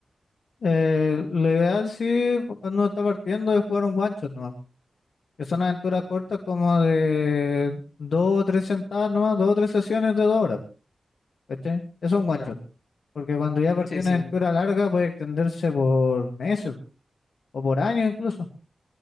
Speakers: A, on the left; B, on the left.
A: Eh, lo ideal sí, pues, cuando uno está partiendo, es jugar un one shot nomás, que son aventuras cortas como de dos o tres sentadas nomás, dos o tres sesiones de dos horas, ¿cachai? Eso es un
B: Claro,
A: one shot, porque cuando ya partió
B: sí,
A: una
B: sí.
A: aventura larga puede extenderse por meses o por años incluso.